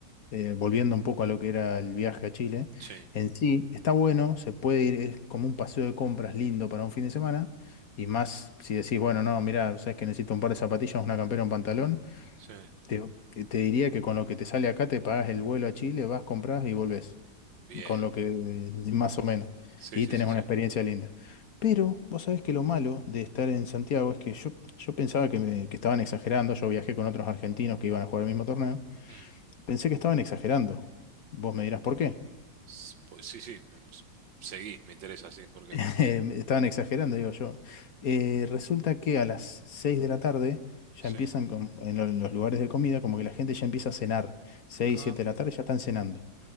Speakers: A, on the left; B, on the right.
A: eh, volviendo un poco a lo que era el viaje a Chile,
B: Sí,
A: en sí está bueno, se puede ir, es como un paseo de compras lindo para un fin de semana. Y más si decís, bueno, no, mira, sabes que necesito un par de zapatillas, una campera, un pantalón.
B: sí,
A: Te, te diría que con lo que te sale acá te pagas el vuelo a Chile, vas, compras y volvés.
B: bien.
A: Con lo que eh, más o menos.
B: Sí,
A: Y
B: sí,
A: tenés
B: sí,
A: una
B: sí.
A: experiencia linda. Pero vos sabés que lo malo de estar en Santiago es que yo, yo pensaba que, me- que estaban exagerando. Yo viajé con otros argentinos que iban a jugar el mismo torneo.
B: Mm.
A: Pensé que estaban exagerando. Vos me dirás por qué.
B: S- Pues sí, sí, mm, s- seguí, me interesa, sí, ¿por qué?
A: <laughs> Eh, Estaban exagerando, digo yo. Eh, resulta que a las 6 de la tarde ya
B: Sí,
A: empiezan con- en lo- los lugares de comida, como que la gente ya empieza a cenar. seis
B: ah,
A: siete de la tarde ya están cenando.